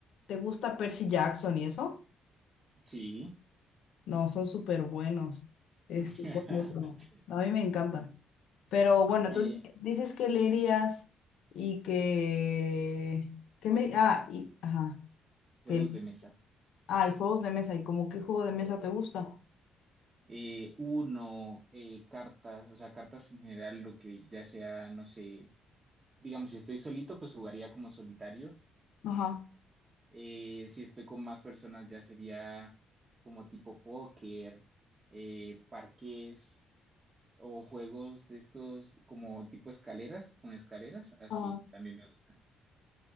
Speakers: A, on the left (about 75°); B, on the right (about 30°).
A: ¿te gusta Percy Jackson y eso?
B: Sí.
A: No, son súper buenos. Este,
B: <laughs>
A: ¿cuál otro? A mí me encantan. Pero bueno,
B: Eh,
A: entonces dices que leerías y que, que me, ah, y, ajá,
B: juegos
A: que,
B: de mesa.
A: ah, y juegos de mesa, y como qué juego de mesa te gusta.
B: eh, uno, eh, cartas, o sea, cartas en general, lo que ya sea, no sé, digamos, si estoy solito, pues jugaría como solitario.
A: Ajá.
B: Eh, si estoy con más personas, ya sería como tipo póker, eh, parqués o juegos de estos como tipo escaleras, con escaleras, así
A: ajá
B: también me gusta.